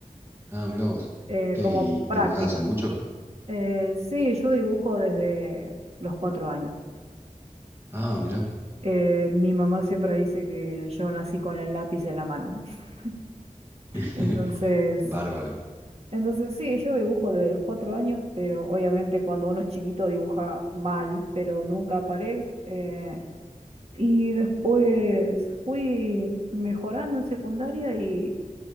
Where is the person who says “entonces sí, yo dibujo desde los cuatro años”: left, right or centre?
Right